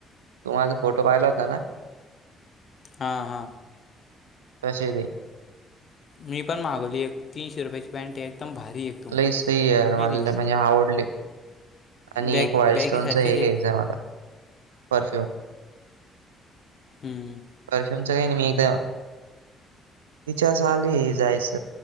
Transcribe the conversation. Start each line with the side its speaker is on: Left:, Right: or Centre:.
Right: तु माझ फोटो पाहिला होताना?
Left: हा, हा.
Right: तसे ते.
Left: मी पण मागवली एक तीनशे रुपयाची पॅन्ट हाय एकदम भारी एकदम
Right: लई सही आहे यार
Left: माहिती
Right: मला
Left: का
Right: म्हणजे आवडली. आणि
Left: बॅग
Right: एक वाईल्ड
Left: बॅगीसारखीच
Right: स्टोनच हे
Left: आहे
Right: घ्यायचं आम्हाला परफ्यूम.
Left: हम्म.
Right: प्रशांत काही नाही मी एकदा विचार चालू हाय जायच.